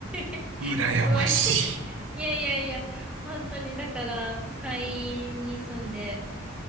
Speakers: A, in the centre; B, on the right.
A: <laughs>
B: 羨まし
A: 生まれ、いやいやいや、本当にだから都会に住んで、